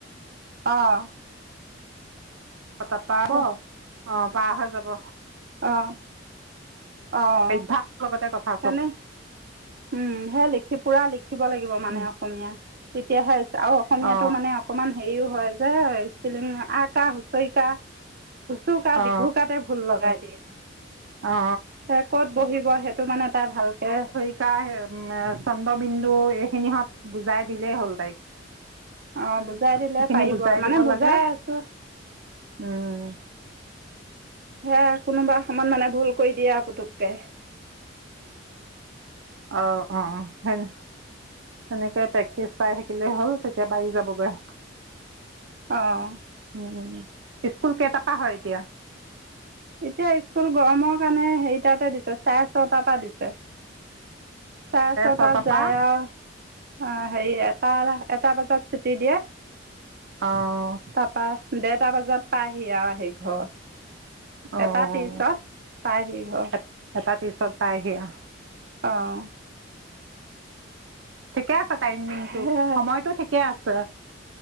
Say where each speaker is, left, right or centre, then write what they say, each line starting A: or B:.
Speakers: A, on the right (about 55°); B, on the right (about 85°).
A: অ'।
B: অ', তাৰ পাব অ',
A: অঁ
B: পাৰ হৈ যাব।
A: অঁ'। অঁ
B: অভ্যাস লগতে কথা
A: তেনে
B: চব।
A: উম সে লিখি পোৰা লিখিব লাগিব মানে
B: উম
A: অসমীয়া। তেতিয়াহে আৰু অসমীয়াতো
B: অ
A: মানে অকমান হেৰিও হয় যে স্পেলিং, আ কাহ হুঁচৰিকা, উচুকা
B: অ
A: দীঘুকাতে ভুল লগাই দিয়ে,
B: অ
A: সে ক'ত বহিব সেইটো মানে তাই ভালকে
B: চাই এ চন্দ্ৰবিন্দু এইখিনিহত বুজাই দিলেই হ'ল তাইক।
A: অঁ বুজাই দিলে
B: সেইখিনি
A: পাৰিব আৰু মানে
B: দিব
A: বুজাই
B: লাগে
A: আছোঁ
B: উম।
A: হে কোনোবা সমান মানে ভুল কৰি দিয়ে আ পুতুককে।
B: অঁ অঁ সে সেনেকে প্ৰেক্টিচ কৰাই থাকিলে হ'ল। তেতিয়া পাৰি যাবগৈ।
A: অঁ'।
B: উম, স্কুল কেইটা পৰা হয় এতিয়া?
A: এতিয়া স্কুল গৰমৰ কাৰণে হেৰিটাতে দিছে চাৰে ছটা পৰা দিছে। চাৰে ছটাত
B: ছটাৰ
A: যায়
B: পৰা
A: আৰু অ হেৰি এটা এটা বজাত ছুটি দিয়ে।
B: অঁ'।
A: তাৰপৰা দেৰটা বজাত পাইহি আও আহি ঘৰ।
B: অ
A: এটা তিশ
B: অ
A: ত পায়হি ঘৰ।
B: এট- এটা তিশ ত পাইহি অঁ।
A: অঁ'।
B: ঠিকে আছে টাইমিংটো,
A: সেয়াই
B: সময়টো ঠিকে আছে।